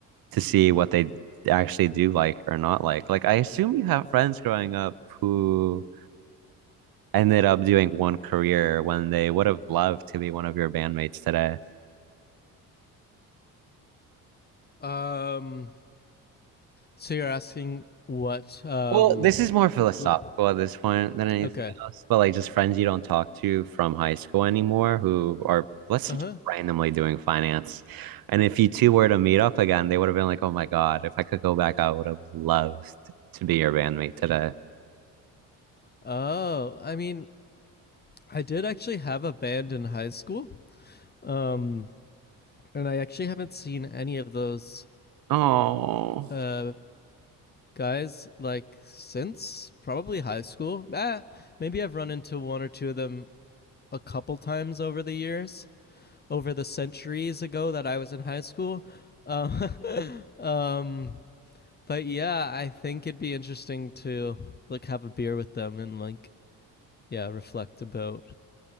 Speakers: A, on the right; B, on the left.
A: to see what they actually do like or not like. Like I assume you have friends growing up who ended up doing one career when they would have loved to be one of your bandmates today?
B: Um so you're asking what um
A: Well, this is more philosophical
B: l-
A: at this point than anything
B: okay.
A: else, but like just friends you don't talk to from high school anymore who are, let's say,
B: Uh-huh.
A: just randomly doing finance. And if you two were to meet up again, they would have been like, oh my God, if I could go back, I would have loved to be your bandmate today.
B: Oh, I mean, I did actually have a band in high school. Um and I actually haven't seen any of those
A: Oh,
B: uh, guys like since probably high school. Ah, maybe I've run into one or two of them a couple times over the years, over the centuries ago that I was in high school. Um, <laughs> um, but yeah, I think it'd be interesting to like have a beer with them and like yeah, reflect about